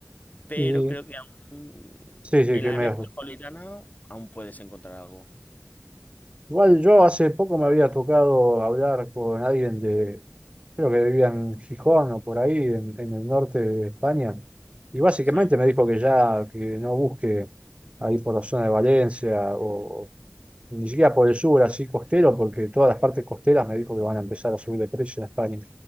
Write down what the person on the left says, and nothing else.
Pero
creo que aún
en
la
área metropolitana aún puedes encontrar algo.
Sí.